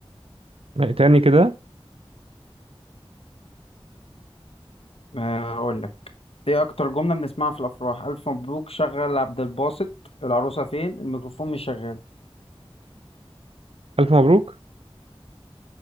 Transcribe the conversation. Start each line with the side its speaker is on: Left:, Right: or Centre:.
Right: تاني كده
Left: أه هقول لك ايه اكتر جمله بنسمعها في الافراح الف مبروك شغل عبد الباسط العروسه فين الميكروفون مش شغال
Right: ألف مبروك